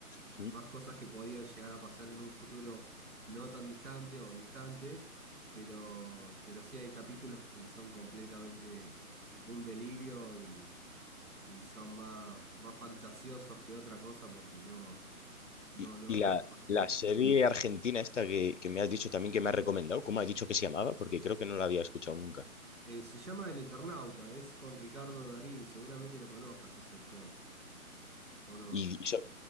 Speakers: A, on the left; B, on the right.
A: Sí.
B: más cosas que podían llegar a pasar en un futuro no tan distante o distante, pero, pero sí hay capítulos que son completamente un delirio y, y son más, más fantasiosos que otra cosa porque no, no,
A: Y,
B: no,
A: y la,
B: no es posible.
A: la serie argentina esta que, que me has dicho también que me has recomendado, ¿cómo has dicho que se llamaba? Porque creo que no la había escuchado nunca.
B: Eh, se llama El Eternauta, es con Ricardo Darín, seguramente lo conozcas ese actor, ¿o no?
A: Y, y so-